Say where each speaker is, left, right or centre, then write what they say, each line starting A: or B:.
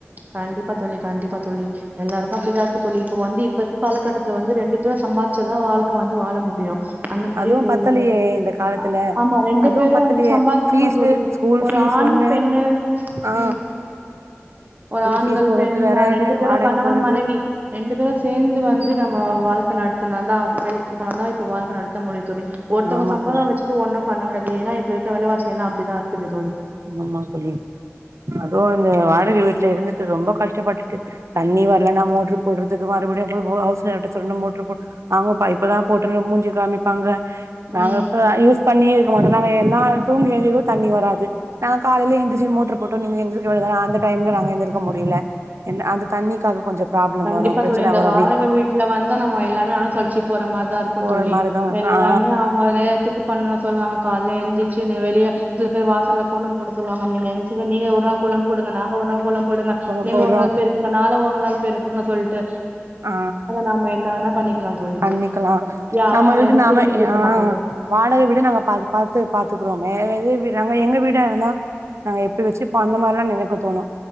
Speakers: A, on the right (about 35°); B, on the right (about 75°).
A: கண்டிப்பா தோழி கண்டிப்பா தோழி எல்லாருக்கு அப்டிதா இருக்கு தோழி இப்ப வந்து இப்ப இருக்கு காலகட்டத்துல வந்து ரெண்டு பேரு சம்பாத்ச்சதா வாழ்க்க வந்து வாழ முடியு அந்த மாரி
B: அதுவு
A: போகுது
B: பத்தலையே இந்த காலத்துல
A: அ ஆமா ரெண்டு
B: அதுவு
A: பேரு
B: பத்தலையே
A: வந்து சம்பாதிக்கணு
B: ஃபீஸு
A: தோழி
B: ஸ்கூல்
A: ஒரு
B: ஃபீஸ்
A: ஆண்
B: ஒண்ணு
A: பெண்ணு
B: ஆ
A: ம் ஒரு
B: ஸ்கூல்
A: ஆண்கள்
B: ஃபீஸ் போறது
A: பெண்
B: வேற
A: ரெண்டு பேரு
B: வாடகை
A: கணவன்
B: போறது
A: மனைவி ரெண்டு பேரும சேந்து வந்து நம்ம வாழ்க்க நடத்துனாதா அவுங்க வேலைக் போன தா இப்ப வாழ்க்க நடந்த முடியு தோழி ஒருத்தவ
B: ஆமா
A: சம்பலோ
B: தோழி
A: வச்சுட்டு ஒண்ணும் பண்ண முடியாது ஏனா இப்ப இருக்கற வெலவாசி எல்லா அப்டிதா இருக்குது தோழி
B: ஆமா தோழி அதுவு இந்த வாடக வீட்ல இருந்துட்டு ரொம்ப கஷ்டப்பட்டுட்டு தண்ணி வர்லன்னா மோட்ரு போட்றதுக்கு மறுபடியு போய் ஹவுஸ் ஒனார்ட சொல்லி மோட்ரு போ அவங்க இப்ப தா போட்ட மூஞ்சு காமிப்பாங்க நாங்க
A: ம்
B: இப்ப தா யூஸ் பண்ணி மொத நாங்க எல்லா தூங்கி <unintelligible> தண்ணி வராது நாங்க காலையில எந்திர்ச்சு மோட்ரு போட்டோ நீங்க எந்திரிக் வேண்டிய தானே அந்த டைம்ல நாங்க எந்திரக்க முடியல என்ன அந்த தண்ணிக்காக கொஞ்சோ ப்ராப்ளம்
A: கண்டிப்பா
B: வரு பிரச்சன
A: தோழி இந்த
B: வரு
A: வாடக வீட்ல வந்தா நம்ம எல்லாமே அனுசரிச்சு போற மாத் தா இருக்கு
B: போற
A: தோழி
B: மாரிதா இருக்கு
A: எல்லாமே
B: ஆ
A: அவுங்க நேரத்துக்கு பண்ண சொல்லுவாங்க கால்ல எழுந்திச்சு <unintelligible> வெளிய சில பேர் வாசல்ல கோலம் போட சொல்லுவாங்க <unintelligible> நீங்க ஒரு நாள் கோலம் போடுங்க நாங்க ஒரு நாள் கோலம் போடுங்க
B: போறோ
A: நீங்க
B: போடுறோ
A: ஒரு நாள் பெருக்குங்க நால உங்களால ருக்குங்க சொல்ட்டு
B: ஆ
A: நாம என்ன வேணா பண்ணிக்கலா தோழி
B: பண்ணிக்க லா
A: யாரு
B: நம்ம
A: நம்மள
B: வீடு
A: வந்து
B: நாம
A: கேள்வி கேட்க
B: ஆ
A: மாட்டாங்க
B: வாடக வீடே நாங்க பாத்து பாத்து பாத்துக்குறோமே <unintelligible> எங்க வீடு வீடா இருந்தா நாங்க எப்டி வெச்சிப்போ அந்த மாரி லா நெனைக்க தோணு